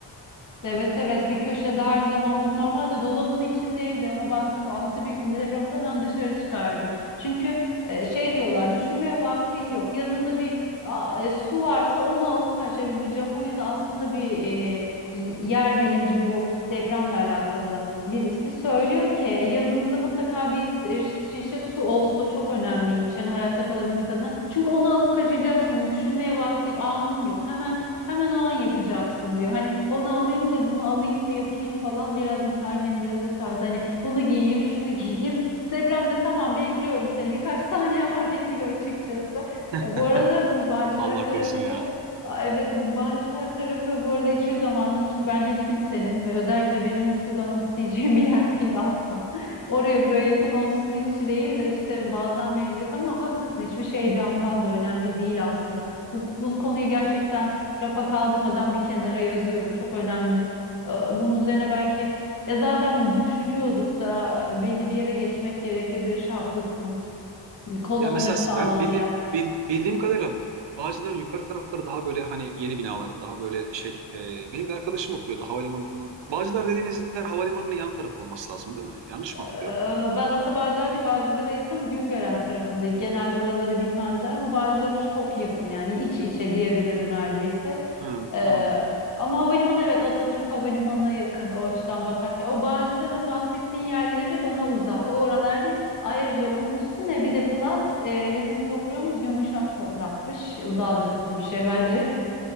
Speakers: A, on the left; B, on the right.
A: Evet evet bir köşede her zaman dur. Normalde dolabın içindeydi ama baktım altı büyüklüğünde deprem oldu hemen dışarı çıkardım. Çünkü e, şey diyorlar düşünmeye vaktin yok. Yanında bir a, e, su varsa onu alıp kaç. E, Bu Japonya'da aslında bir e, yer bilimci bu depremle alakalı birisi söylüyor ki yanınızda mutlaka bir s- e, şişe su olsun. O çok önemliymiş. yani hayatta kalabilmek adına. Çünkü onu alıp kaçacaksın. Düşünmeye vaktin Anın yok. Hemen Hemen o an yapacaksın diyor. Hani onu alayım da bunu alayım da yapayım falan. Biraz mesela annem biraz o tarz hani bunu giyeyim, şunu <laughs> giyeyim. Instagram'da tamam bekliyorum seni birkaç saniyen var <laughs> demiyor açıkçası. E,
B: <laughs>
A: bu arada bu Bağcılar
B: Allah
A: tarafı
B: korusun ya.
A: Aa, Evet bu Bağcılar tarafı bu arada hiçbir zaman hiç bence hiç kimsenin ve özellikle benim hiçbir zaman isteyeceğim <laughs> bir yer değil asla. <laughs> Oraya buraya yakın olsun hiç değil de işte bazen mecburiyet ama haklısın hiçbir şey candan da önemli değil aslında. Bu, bu konuyu gerçekten rafa kaldırmadan bir kenara yazıyorum. Çok önemli. Ee, Bunun üzerine belki ya zaten düşünüyorduk da e, belli bir yere geçmek gerekebilir. Haklısın. Hani Kolonları
B: Ya mesela
A: sağlam
B: ben bildi,
A: bir yer.
B: bil- bildiğim kadarıyla Bağcılar'ın yukarı tarafları daha böyle hani yeni binalar, daha böyle şey. e, benim bir arkadaşım oturuyordu havalimanının. Bağcılar dediğiniz yer havalimanının yan tarafı olması lazım değil mi? Yanlış
A: Ee,
B: mı hatırlıyorum?
A: Ben aslında Bağcılar değil, Bağcılar'a yakın Güngören tarafındayım. Genelde oraları bilmezler ama Bağcılar'a çok yakın yani iç içe diyebilirim neredeyse.
B: Hı,
A: Ee,
B: anladım.
A: ama havalimanı evet Atatürk Havalimanı'na yakın o açıdan bakarsak. O Bağcılar'ın bahsettiğin yerleri bana uzak. O oralar değil. Ayrıca onun üstüne bir de plus e, bizim toprağımız yumuşak toprakmış. O daha da kötü bir şey
B: Oo,
A: bence.